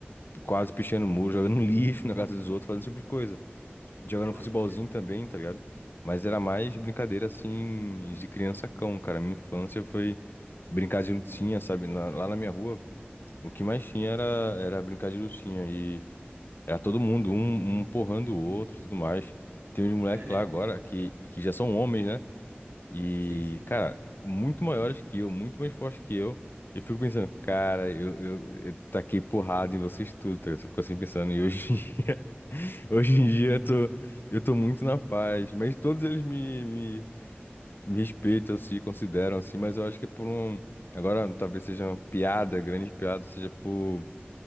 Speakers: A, on the left; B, on the right.
A: Quase pichando muro, jogando <laughs> lixo na casa dos outros, fazendo esse tipo de coisa. Jogando
B: Pode
A: futebolzinho
B: crer.
A: também, tá ligado? Mas era mais brincadeira assim de criança cão, cara. Minha infância foi brincar de lutinha, sabe? Lá, lá na minha rua, o que mais tinha era,
B: Uhum.
A: era brincar de lutinha. E era todo mundo, um, um porrando o outro e tudo mais. Tem uns moleques
B: Ah, é?
A: lá agora que, que já são homens, né? E,
B: Sim, sim.
A: cara, muito maiores que eu, muito mais fortes que eu. Eu fico pensando, cara, eu, eu, eu taquei porrada em vocês tudo, tá ligado? Eu fico assim pensando, e hoje <laughs> Hoje em dia eu tô, eu tô muito na paz, mas todos eles me, me, me respeitam, se consideram assim, mas eu acho que é por um. Agora, talvez seja uma piada, grande piada, seja por,